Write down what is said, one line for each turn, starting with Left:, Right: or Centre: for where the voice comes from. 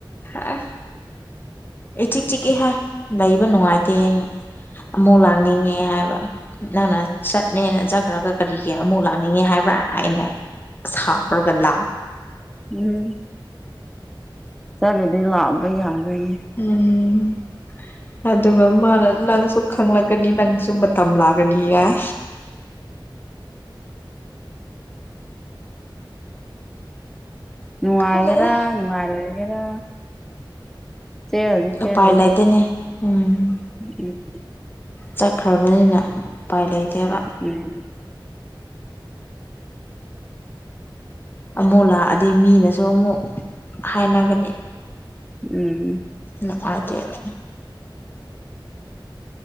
Left: ꯑꯦ ꯏꯆꯤꯛ ꯏꯆꯤꯛꯑꯦ ꯍꯥꯏ ꯂꯩꯕ ꯅꯨꯡꯉꯥꯏꯇꯦꯅ ꯑꯃꯨꯛ ꯂꯥꯛꯅꯤꯡꯉꯦ ꯍꯥꯏꯕ ꯅꯪꯅ ꯆꯠꯅꯦꯅ ꯆꯠꯈ꯭ꯔꯒ ꯀꯔꯤꯒꯤ ꯑꯃꯨꯛ ꯂꯥꯛꯅꯤꯡꯉꯦ ꯍꯥꯏꯕ꯭ꯔꯥ ꯑꯩꯅ ꯁꯥꯎꯔꯒ <inaudible>
Centre: ꯎꯝ ꯆꯠꯂꯗꯤ ꯂꯥꯛꯑꯕ ꯌꯥꯔꯣꯏꯅꯦ
Left: ꯎꯝ ꯑꯗꯨꯒ ꯃꯥꯅ ꯅꯪꯁꯨ ꯈꯪꯂꯛꯀꯅꯤ ꯅꯪꯒꯤꯁꯨ ꯃ ꯇꯝ ꯂꯥꯛꯀꯅꯤ ꯍꯥꯏ
Centre: ꯅꯨꯡꯉꯥꯏꯒꯦꯔ
Left: ꯈꯪꯗꯦꯗ
Centre: ꯅꯨꯡꯉꯥꯏꯔꯣꯏꯒꯦꯔ ꯆꯦꯜꯂꯗꯤ ꯆꯦꯜꯂꯦꯗꯅ
Left: ꯎꯄꯥꯏ ꯂꯩꯇꯦꯅꯦ ꯎꯝ
Centre: <inaudible>
Left: ꯆꯠꯈ꯭ꯔꯕꯅꯤꯅ ꯎꯄꯥꯏ ꯂꯩꯇꯦꯕ
Centre: ꯎꯝ
Left: ꯑꯃꯨꯛ ꯂꯥꯛꯑꯗꯤ ꯃꯤꯅꯁꯨ ꯑꯃꯨꯛ ꯍꯥꯏꯅꯒꯅꯤ
Centre: ꯎꯝ
Left: ꯅꯨꯡꯉꯥꯏꯇꯦꯕ